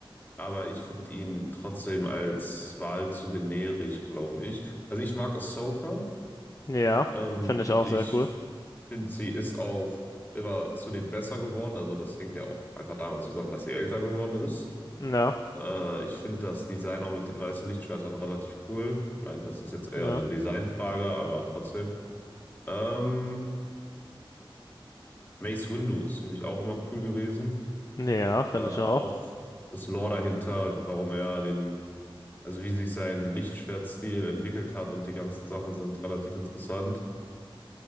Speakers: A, on the left (about 20°); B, on the left (about 35°).
A: aber ich finde ihn trotzdem als Wahl zu generisch, glaube ich. Also ich mag Ahsoka.
B: Ja,
A: Ähm,
B: finde ich auch
A: ich
B: sehr cool.
A: finde, sie ist auch immer zunehmend besser geworden. Also das hängt ja auch einfach damit zusammen, dass sie älter geworden ist.
B: Ja,
A: Äh, ich finde das Design auch mit den weißen Lichtschwertern relativ cool. Ich meine, das ist jetzt eher
B: ja.
A: eine Designfrage, aber trotzdem. Ähm, Mace Windu ist für mich auch immer cool gewesen.
B: Ja, finde
A: Äh, auch
B: ich auch.
A: das Lore dahinter, warum er den, also wie sich sein Lichtschwertstil entwickelt hat und die ganzen Sachen sind relativ interessant.